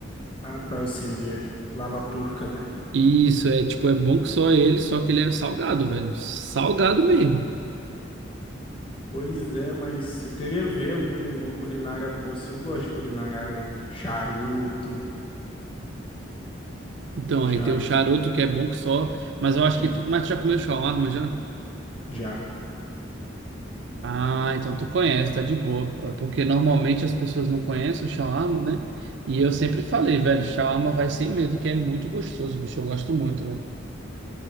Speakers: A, on the left (about 25°); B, on the right (about 60°).
A: Ah, tá, eu sei onde é. Lá na Turca, né?
B: Isso, é tipo, é bom que só ele, só que ele é salgado, velho. Salgado mesmo.
A: Pois é, mas eu queria ver algum, alguma culinária boa, assim. Eu gosto de culinária árabe. Charuto,
B: Então,
A: charuto,
B: aí tem um charuto que é bom que só. Mas eu acho
A: é,
B: que. Tu, mas tu já comeu shawarma já?
A: já.
B: Ah, então tu conhece, tá de boa. pô. É porque normalmente as pessoas não conhecem o shawarma, né? E eu sempre falei, velho, shawarma vai sem medo, que é muito gostoso, bicho, eu gosto muito, velho.